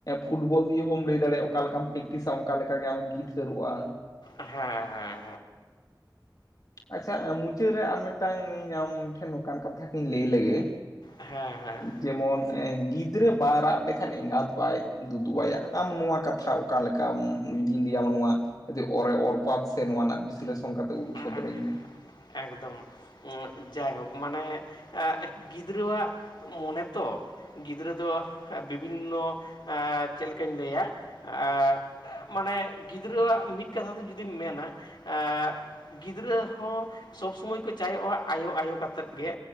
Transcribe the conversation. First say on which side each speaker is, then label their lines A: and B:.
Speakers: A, on the left; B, on the left.
A: ᱯᱷᱩᱴᱵᱚᱞ ᱫᱤᱭᱮ ᱦᱚᱸ ᱞᱟᱹᱭ ᱫᱟᱲᱮᱜᱼᱟ, ᱚᱠᱟ ᱞᱮᱠᱟᱢ ᱯᱮᱠᱴᱤᱥᱟ ᱚᱱᱠᱟ ᱞᱮᱠᱟ ᱜᱮ ᱟᱢᱮᱢ ᱡᱤᱛᱠᱟᱹᱨᱚᱜᱼᱟ᱾
B: ᱦᱮᱸ ᱦᱮᱸ
A: ᱟᱪᱪᱷᱟ ᱢᱩᱪᱟᱹᱫᱽ ᱨᱮ ᱟᱨ ᱢᱤᱫᱴᱟᱝ ᱤᱧ ᱧᱟᱢ ᱴᱷᱮᱱ ᱱᱚᱝᱠᱟᱱ ᱠᱟᱛᱷᱟ ᱜᱮᱧ ᱞᱟᱹᱭ ᱞᱮᱜᱮ
B: ᱦᱮᱸ ᱦᱮᱸ
A: ᱡᱮᱢᱚᱱ ᱜᱤᱫᱽᱨᱟᱹ ᱵᱟᱭ ᱨᱟᱜ ᱞᱮᱠᱷᱟᱱ ᱮᱸᱜᱟᱛ ᱵᱟᱭ ᱫᱩᱫᱩᱣᱟᱭᱟ ᱟᱢ ᱱᱚᱣᱟ ᱠᱟᱛᱷᱟ ᱚᱠᱟ ᱞᱮᱠᱟᱢ ᱡᱩᱫᱤᱧ ᱞᱟᱹᱭᱟ ᱢᱟ ᱱᱚᱣᱟ, ᱡᱩᱫᱤ ᱚᱨᱮ ᱚᱨᱯᱟᱛ ᱥᱮ ᱱᱚᱣᱟ ᱨᱮᱱᱟᱜ ᱵᱤᱥᱞᱮᱥᱚᱱ ᱠᱟᱛᱮ ᱩᱫᱩᱜ
B: ᱦᱮᱸ
A: ᱥᱚᱫᱚᱨᱟᱹᱧ ᱢᱮ?
B: ᱮᱠᱫᱚᱢ ᱡᱟᱭᱦᱳᱠ ᱢᱟᱱᱮ ᱜᱤᱫᱽᱨᱟᱹᱣᱟᱜ᱾ ᱢᱚᱱᱮᱛᱚ ᱜᱤᱫᱽᱨᱟᱹ ᱫᱚ ᱵᱤᱵᱷᱤᱱᱚ ᱪᱮᱫ ᱞᱮᱠᱟᱧ ᱞᱟᱹᱭᱟ? ᱟᱸᱻ ᱢᱟᱱᱮ ᱜᱤᱫᱽᱨᱟᱹᱣᱟᱜ ᱢᱤᱫ ᱠᱟᱛᱷᱟ ᱛᱮ ᱡᱩᱫᱤᱢ ᱢᱮᱱᱟ᱾ ᱟᱸᱻ ᱜᱤᱫᱽᱨᱟᱹ ᱦᱚᱸ, ᱥᱚᱵᱽ ᱥᱚᱢᱚᱭ ᱠᱚ ᱪᱟᱭᱚᱜᱼᱟ ᱟᱭᱳ ᱼᱟᱭᱳ ᱠᱟᱛᱮᱫ ᱜᱮ